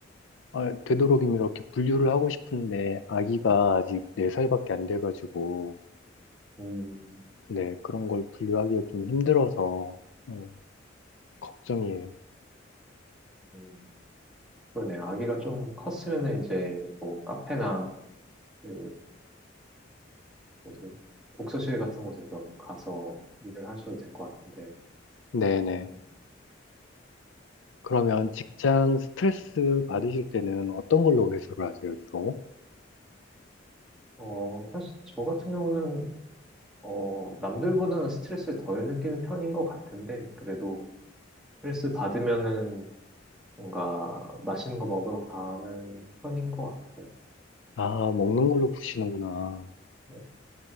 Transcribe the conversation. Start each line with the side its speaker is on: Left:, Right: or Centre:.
Left: 아, 되도록이면 이렇게 분류를 하고 싶은데 아기가 아직 4살밖에 안 돼가지고
Centre: 음,
Left: 근데 그런 걸 분류하기가 좀 힘들어서 음, 걱정이에요.
Centre: 음, 그러네요. 아기가 좀 컸으면은 이제 뭐 카페나 그 뭐지? 독서실 같은 곳에서 가서 일을 하셔도 될 것 같은데.
Left: 네네.
Centre: 음.
Left: 그러면 직장 스트레스 받으실 때는 어떤 걸로 해소를 하세요, 주로?
Centre: 어, 사실 저 같은 경우는 어, 남들보다는 스트레스를 덜 느끼는 편인 것 같은데, 그래도 스트레스 받으면은 뭔가 맛있는 거 먹으러 가는 편인 것 같아요.
Left: 아, 먹는
Centre: 음,
Left: 걸로 푸시는구나.
Centre: 음,